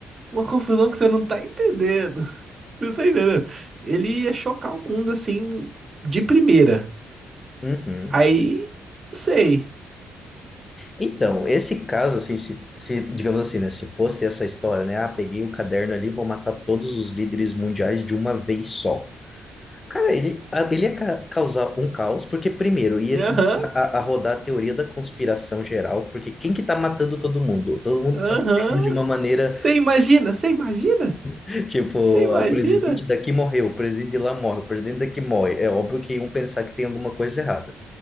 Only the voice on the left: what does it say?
Uhum.
Então, esse caso, assim, se, se, digamos assim, né, se fosse essa história, né, ah, peguei o caderno ali, vou matar todos os líderes mundiais de uma vez só. Cara, ele, a- ele ia ca- causar um caos, porque primeiro ia
começar a, a rodar a teoria da conspiração geral, porque quem que tá matando todo mundo? Todo mundo
tá morrendo de uma maneira,
<laughs> tipo,
"Ah, o presidente daqui morreu, o presidente de lá morre, o presidente daqui morre. É óbvio que iam pensar que tem alguma coisa errada.